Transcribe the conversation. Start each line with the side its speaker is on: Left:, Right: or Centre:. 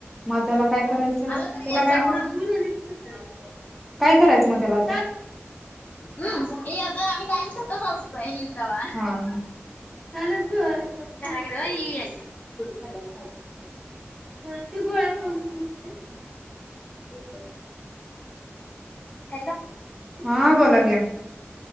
Centre: मग त्याला काय करायचं
Left: आलं तर
Centre: त्याला
Left: येत
Centre: काय
Left: जावा
Centre: कराय
Left: मग
Centre: का काय करायचं मग त्याला
Left: हम् हे आता आम्ही टाईम सतच असतोय हिलतावा
Centre: हा <unintelligible>
Left: घरगड ये्याक <unintelligible>
Centre: ते गोळ्या खाऊ नको म्हणते. हो.
Left: हॅलो.
Centre: हा बोला की.